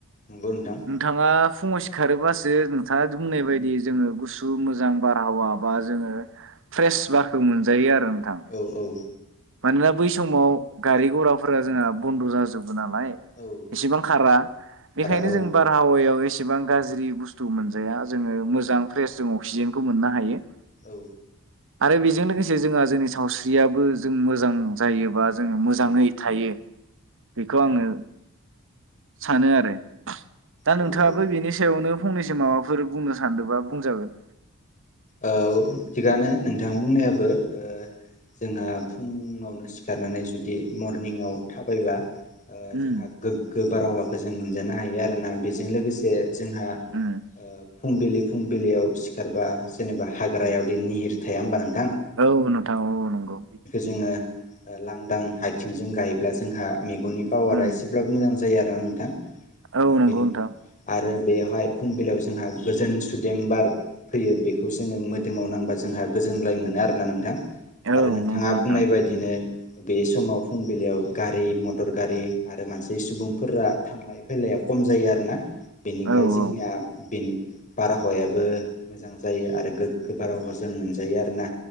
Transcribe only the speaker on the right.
नोंथाङा फुङाव सिखारोबासो नोंथाङा बुंनाय बायदि जोंङो गुसु मोजां बारहावा बा जोंङो फ्रेस बारखो मोनजायो आरो नोंथां।
मानोना बै समाव गारि घराफोरा जोंहा बन्द जाजो नालाय
एसेबां खारा बेनिखायनो
जों बारहावायाव ए एसेबां गाज्रि बुस्थु मोनजाया जोंङो मोजां फ्रेस जों अक्सिजेनखौ मोननो हायो
आरो बेजों लोगोसे जोंङा जोंनि सावस्रियाबो जों मोजां जायोबा जों मोजाङै थायो बेखौ आंङो सानो आरो दा
नोंथाङाबो
बेनि सायावनो फंनैसो माबाफोर बुंनो सानदोबा बुंजागोन।
उम
उम
औ नोंथां औ नंगौ
उम
औ नंगौ
नोंथां
औ
नंगौ नोंथां
औ
औ